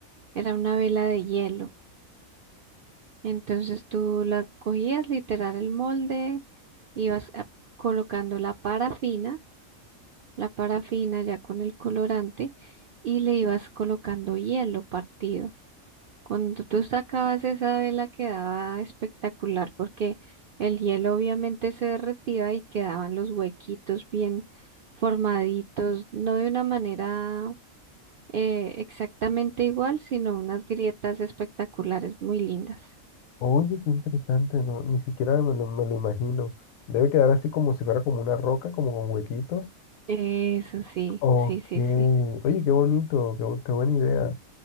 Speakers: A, on the right; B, on the left.
A: Era una vela de hielo. Entonces tú la cogías literal el molde, ibas a- colocando la parafina la parafina ya con el colorante y le ibas colocando hielo partido. Cuando tú sacabas esa vela quedaba espectacular porque el hielo obviamente se derretía y quedaban los huequitos bien formaditos, no de una manera eh, exactamente igual, sino unas grietas espectaculares, muy lindas.
B: Oye, qué interesante, ¿no? Ni siquiera me lo, me lo imagino. Debe quedar así como si fuera como una roca, como con huequitos.
A: Eso sí,
B: Ok,
A: sí, sí, sí.
B: oye, qué bonito, qué, bu- qué buena idea.